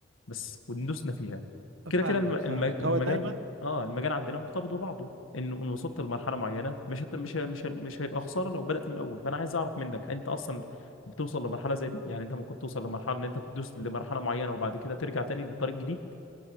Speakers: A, on the left (about 85°); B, on the right (about 80°).
A: بس وندوسنا فيها كده
B: فاهمك
A: كده الم- الم-
B: فاهمك
A: المجال
B: هو دايما
A: اه المجال عندنا مرتبط ببعضه انه ان وصلت لمرحله معينه مش هت- مش ه- مش ه- مش هيبقى خساره لو بدات من الاول فانا عايز اعرف منك انت اصلا بتوصل لمرحله زي دي يعني انت ممكن توصل لمرحله ان انت تدوس لمرحله معينه وبعد كده ترجع تاني لطريق جديد